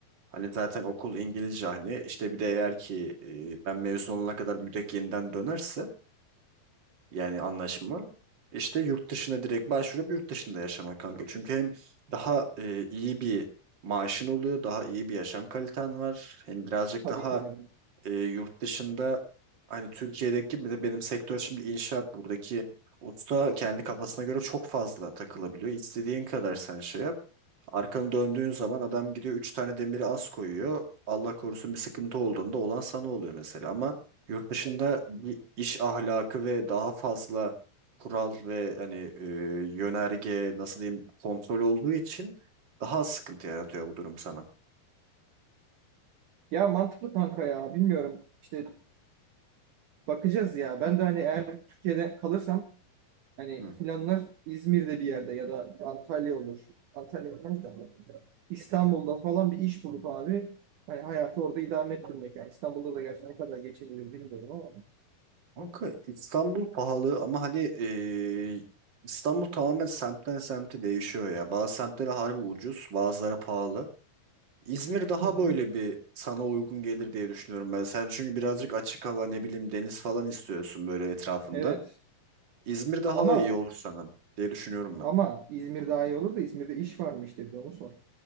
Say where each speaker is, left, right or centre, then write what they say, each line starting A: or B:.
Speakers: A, on the right; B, on the right.
A: Hani zaten okul İngilizce hani işte bir de eğer ki e, ben mezun olana kadar müdek yeniden dönerse yani anlaşma işte yurt dışına direkt başvurup yurt dışında yaşamak kanka. Çünkü hem daha e, iyi bir maaşın oluyor, daha iyi bir yaşam kaliten var. Hem birazcık
B: Tabii
A: daha
B: ki canım.
A: e, yurt dışında hani Türkiye'deki bir de benim sektör şimdi inşaat buradaki usta kendi kafasına göre çok fazla takılabiliyor. İstediğin kadar sen şey yap. Arkanı döndüğün zaman adam gidiyor 3 tane demiri az koyuyor. Allah korusun bir sıkıntı olduğunda olan sana oluyor mesela ama yurt dışında
B: Evet.
A: bir iş ahlakı ve daha fazla kural ve hani e, yönerge nasıl diyeyim kontrol olduğu için daha az sıkıntı yaratıyor bu durum sana.
B: Ya mantıklı kanka ya. Bilmiyorum. İşte Bakacağız ya. Ben de hani eğer Türkiye'de kalırsam hani
A: Hı
B: planlar İzmir'de bir yerde ya da Antalya olur. Antalya olmaz da İstanbul'da falan bir iş bulup abi hani hayatı orada idame ettirmek. Yani İstanbul'da da gerçi ne kadar geçinilir bilmiyorum ama.
A: Kanka İstanbul pahalı ama hani eee, İstanbul tamamen semtten semte değişiyor ya. Bazı semtlere harbi ucuz, bazıları pahalı. İzmir daha
B: Hı hı.
A: böyle bir sana uygun gelir diye düşünüyorum ben. Sen çünkü birazcık açık hava ne bileyim deniz falan istiyorsun böyle etrafında.
B: Evet.
A: İzmir daha
B: Ama
A: iyi olur sana diye düşünüyorum ben.
B: ama İzmir daha iyi olur da İzmir'de iş var mı işte bir onu sor.